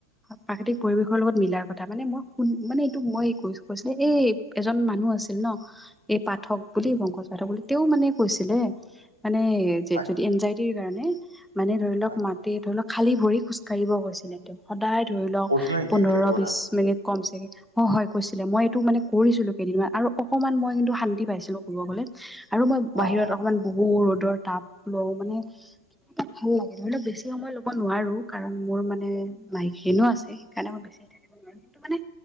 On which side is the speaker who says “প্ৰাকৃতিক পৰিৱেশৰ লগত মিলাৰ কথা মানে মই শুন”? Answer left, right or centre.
Centre